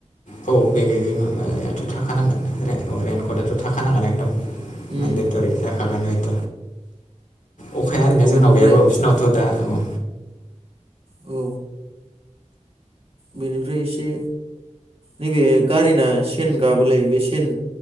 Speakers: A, on the left; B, on the right.
A: औ बे माबायाथ थाखानांगोन रेन‌ कदाथ थाखानांगोन एकदम
B: उम
A: मानदेतरि जाखागोन बेथ अखाया ओरैनो
B: औ
A: जोंनाव
B: ओमफ्राय
A: गैयाबाबो बि नावथ दा औ
B: औ बेनिफ्राय एसे नैबे गारिना सेन गाबोलै बे सेन